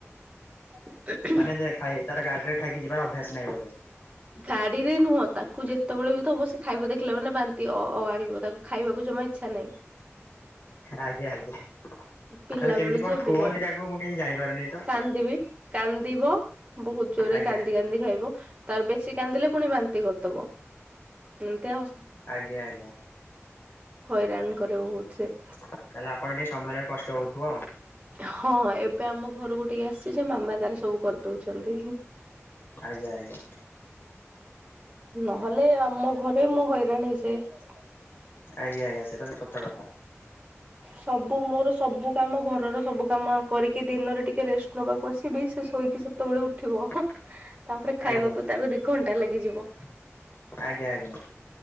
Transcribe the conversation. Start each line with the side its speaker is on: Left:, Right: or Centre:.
Right: <inaudible>
Left: ମାନେ ଖାଇ ତାର ଗାଡ଼ିରେ ଖାଇକି ଯିବାର ଅଭ୍ୟାସ ନାହିଁ ବୋଧେ।
Right: ଗାଡ଼ିରେ ନୁହଁ ତାକୁ ଯେତେବେଳେ ବି ତ ହବ ସେ ଖାଇବ ଦେଖିଲା ମାନେ ବାନ୍ତି ଅ, ଅ, ଆଣିବ ତାକୁ ଖାଇବାକୁ ଜମା ଇଚ୍ଛା ନାହିଁ।
Left: ଆଜ୍ଞା ଆଜ୍ଞା ତାହେଲେ
Right: ପିଲା
Left: କେମିତି
Right: ବେଳୁ
Left: କଣ
Right: ଯେ ଏବେ
Left: ଖୁଅନ୍ତି
Right: ଯାଏ।
Left: ତାକୁ ମୁଁ କିଛି ଜାଣିପାରୁନି ତ?
Right: କାନ୍ଦିବି କାନ୍ଦିବ ବହୁତ ଜୋରେ
Left: ଆଜ୍ଞା
Right: କାନ୍ଦି କାନ୍ଦି ଖାଇବ ତାର ବେଶୀ କାନ୍ଦିଲେ ପୁଣି ବାନ୍ତି କରିଦବ ଏମିତି ଆଉ।
Left: ଆଜ୍ଞା ଆଜ୍ଞା।
Right: ହଇରାଣ କରେ ବହୁତ ସେ।
Left: ତାହେଲେ ଆପଣ ଟିକେ ସମ୍ଭାଳିବାକୁ କଷ୍ଟ ହଉଥିବ ଆଉ।
Right: ହଁ ଏବେ ଆମ ଘରକୁ ଟିକେ ଆସିଛି ଯେ ମାମା ତାର ସବୁ କରିଦଉଛନ୍ତି।
Left: ଆଜ୍ଞା ଆଜ୍ଞା।
Right: ନହେଲେ ଆମ ଘରେ ମୁଁ ହଇରାଣ ହେଇଯାଏ।
Left: ଆଜ୍ଞା ଆଜ୍ଞା ସେଟା ତ ସତ କଥା।
Right: ସବୁ ମୋର ସବୁ କାମ ଘରର ସବୁ କାମ କରିକି ଦିନରେ ଟିକେ ରେଷ୍ଟ ନବାକୁ। ପଶିବି ସେ ଶୋଇକି ସେତେବେଳେ ଉଠିବ।
Left: <inaudible>
Right: ତାପରେ ଖାଇବାକୁ
Left: ଆଜ୍ଞା
Right: ତାର ଦି ଘଣ୍ଟା ଲାଗିଯିବ।
Left: ଆଜ୍ଞା ଆଜ୍ଞା।